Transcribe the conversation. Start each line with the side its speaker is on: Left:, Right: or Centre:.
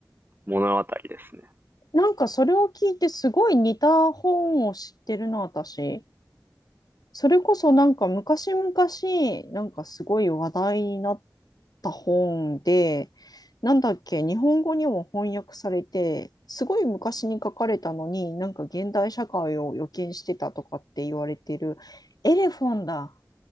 Right: 物語ですね。
Left: なんかそれを聞いてすごい似た本を知ってるな、私。それこそなんか昔々、なんかすごい話題になった本で、なんだっけ、日本語にも翻訳されて、すごい昔に書かれたのに、なんか現代社会を予見してたとかって言われてる、エレフォンだ。